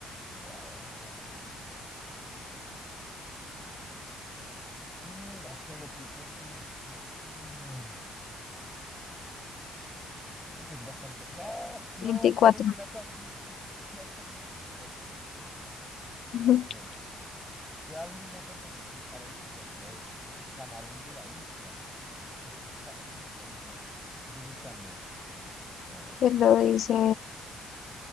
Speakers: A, in the centre; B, on the left.
A: Wow. em, mm, Australopithecus. Mm. Creo que es bastante. ¡No! ¡No!
B: Veinticuatro
A: Porque la cambié. <laughs> La cambié. Yo voy a poner esa.
B: <laughs>
A: Ah, bueno. ¿Qué álbum no pertenece a la discografía de Camarón de la Isla? <laughs> Camarón de la Isla. Sé que eso es español. Ah,
B: Te lo dice